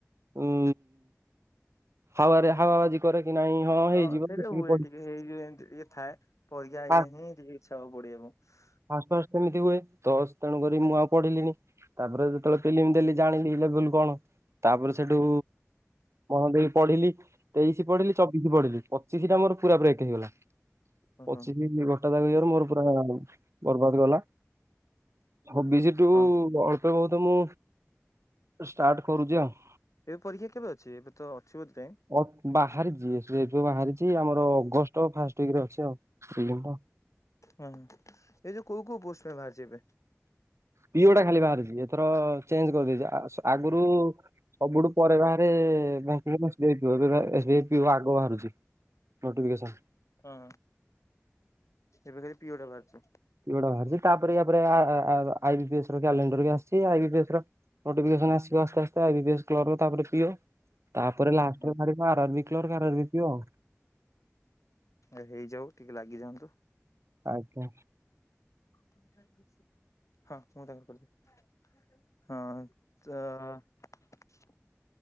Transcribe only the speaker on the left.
ହଁ
ସେଇଟା
ହୁଏ
ଟିକେ ହେଇଯିବ ଏମିତି ଟିକେ ଥାଏ ପରୀକ୍ଷା ହେଲେ
ହିଁ ଟିକେ ଇଚ୍ଛା ହବ ପଢିବା ପାଁଇ।
ଓହୋ
ହଁ।
ଏ ପରୀକ୍ଷା କେବେ ଅଛି ଏବେ ତ ଅଛି, ବୋଧେ ଟାଇମ୍?
ହୁଁ ଏଇ ଯୋଉ କୋଉ କୋଉ ପୋଷ୍ଟ ପାଁଇ ବାହାରିଛି ଏବେ?
ହୁଁ ଏବେ ଖାଲି ପିଓଟା ବାହାରିଛି।
ହୁଁ ହୁଁ
ଏ ହେଇଯାଉ ଟିକେ ଲାଗିଯାଆନ୍ତୁ।
<unintelligible> ହଁ ମୁଁ <unintelligible> ହଁ ଚ